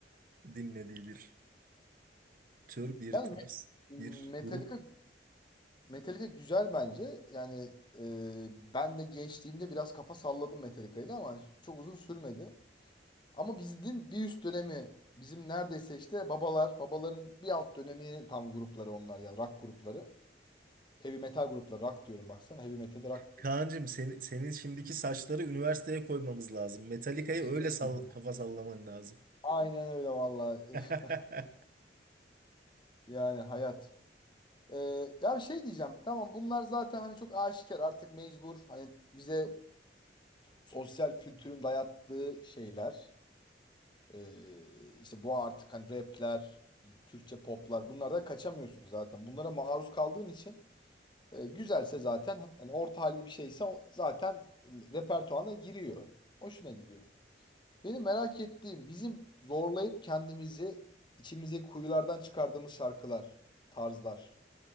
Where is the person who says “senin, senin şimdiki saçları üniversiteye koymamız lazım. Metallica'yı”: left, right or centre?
Right